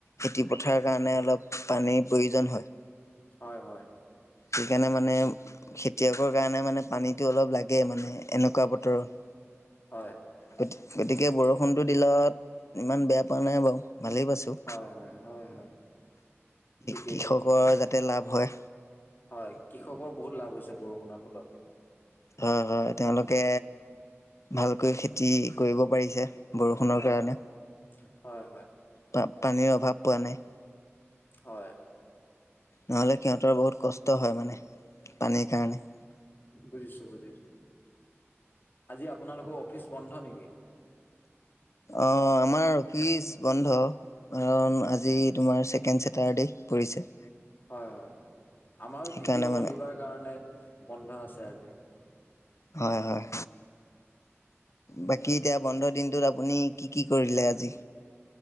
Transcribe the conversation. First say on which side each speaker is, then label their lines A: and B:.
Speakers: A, on the left; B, on the left.
A: খেতি পথাৰৰ কাৰণে অলপ পানীৰ প্ৰয়োজন হয়
B: হয় হয়
A: সেইকাৰণে মানে খেতিয়কৰ কাৰণে মানে পানীটো অলপ লাগে মানে এনেকুৱা বতৰত
B: হয়
A: গ গতিকে বৰষুণটো দিলাত ইমান বেয়া পোৱা নাই বাৰু ভালেই পাইছোঁ
B: হয় হয় হয় হয় ঠিকেই
A: কৃষকৰ যাতে লাভ হয়
B: হয় কৃষকৰ বহুত লাভ হৈছে বৰষুণৰ ফলত
A: হয় হয় তেওঁলোকে ভালকৈ খতি কৰিব পাৰিছে বৰষুণৰ
B: হয়
A: কাৰণে
B: হয়
A: পা পানীৰ অভাৱ পোৱা নাই
B: হয়
A: নহ'লে সিহঁতৰ বহুত কষ্ট হয় মানে পানীৰ কাৰণে
B: বুজিছো বুজিছো আজি আপোনালোকৰ অফিচ বন্ধ নেকি
A: অ আমাৰ অফিচ বন্ধ কাৰণ আজি তোমাৰকে তাৰতে পৰিছে
B: হয় হয় আমাৰো
A: সেইকাৰণে
B: দ্বিতীয়
A: মানে
B: শনিবাৰ কাৰণে বন্ধ আছে আজি
A: হয় হয় বাকী এতিয়া বন্ধ দিনটোত আপুনি কি কি কৰিলে আজি